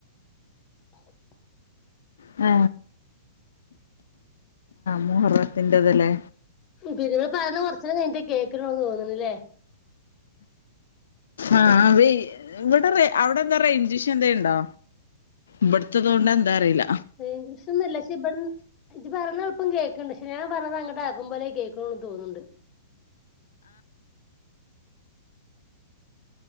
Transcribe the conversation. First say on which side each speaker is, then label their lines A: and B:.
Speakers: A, on the left; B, on the left.
A: <unintelligible>
B: ആ മൂഹർത്തിന്റെ ഇത്തിലെ
A: പിനേ ഇങ്ങള് പറയൂനത് കൊറച്ച രം കഴിട്ട് കേക്കണന്ന് തോന്നണില്ലേ
B: ആ ഇവിടെ അവിടെ എന്താ റേഞ്ചിഷയണ്ടോ ഇവിടുത്തത് കൊണ്ട് എന്താ അറിയില്ല
A: റേഞ്ച് ന്നുല്ല <unintelligible> ഇജ്ജ് പറഞ്ഞ ഇപ്പം കേൾക്ക്ണ്ട് പഷെ ഞാൻ പറഞ്ഞത് അങ്ങ്ട് ആക്കും പോലെ കേൾക്ക്ണൂന്ന് തോന്ന്ണ്ട്